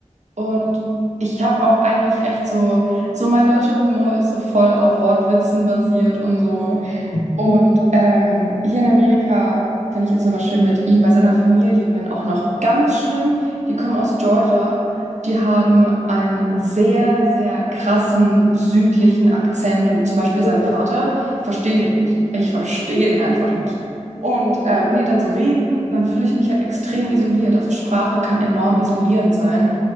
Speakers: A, on the right; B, on the left.
A: und ich habe auch eigentlich echt so, so mein deutscher Humor ist so voll auf Wortwitzen basiert und so
B: Mhm.
A: Und ähm, hier in Amerika, wenn ich jetzt zum Beispiel mit ihm bei seiner Familie bin, auch noch ganz schlimm, die kommen aus Georgia, die haben einen sehr, sehr krassen südlichen Akzent und zum Beispiel sein
B: Oh ja.
A: Vater, ich verstehe den nicht. Ich verstehe den einfach nicht. Und äh, wenn die dann so reden, dann fühle ich mich halt extrem isoliert. Also Sprache kann enorm isolierend sein.